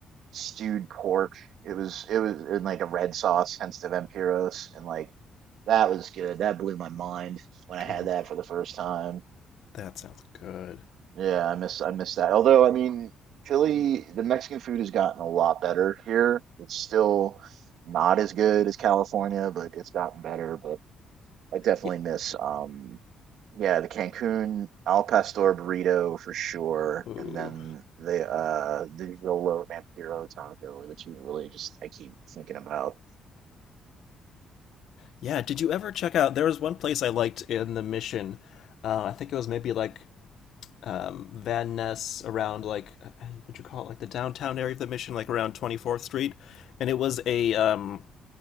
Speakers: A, on the right (about 75°); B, on the left (about 75°).
A: stewed pork. It was it was in like a red sauce, hence the vampiros, and like that was good. That blew my mind when I had
B: Ooh,
A: that for the first time.
B: that sounds good.
A: Yeah, I miss I miss that. Although, I mean, Philly, the Mexican food has gotten a lot better here. It's still not as good as California, but it's gotten better. But I definitely
B: Yeah.
A: miss um yeah, the Cancun al pastor burrito for sure,
B: Ooh.
A: and then the uh the Yolo Vampiro taco are the two that really just I keep thinking about.
B: Yeah, did you ever check out? There was one place I liked in the Mission. Uh, I think it was maybe like um, Van Ness around like uh, what'd you call it? Like the downtown area of the Mission, like around 24th Street. And it was a um,